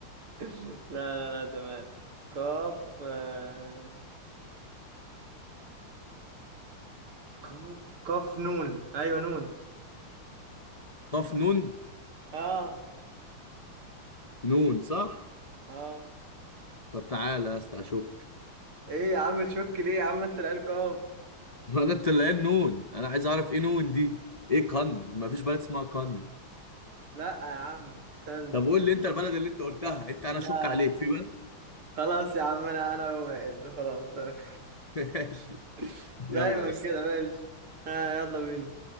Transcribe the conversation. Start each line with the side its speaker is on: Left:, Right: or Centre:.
Right: <laughs> لا لا لا تمام كاف آه، كاف كاف نون ايوه نون
Left: قاف نون
Right: اه
Left: نون صح
Right: اه
Left: طب تعالى يا اسطى اشك
Right: ايه يا عم تشك ليه يا عم انت العيال كاف
Left: <laughs> ما انا طلعان نون انا عايز اعرف ايه نون دي ايه كن ما فيش بلد اسمها كن
Right: لا يا عم استنى
Left: طب قول لي انت البلد اللي انت قلتها انت انا
Right: لا
Left: اشك عليك في بلد
Right: خلاص يا عم انا انا واقف ده خلاص تمام
Left: <laughs> ماشي
Right: <laughs>
Left: يلا
Right: دايما
Left: يا اسطى
Right: كده ماشي ها يلا بينا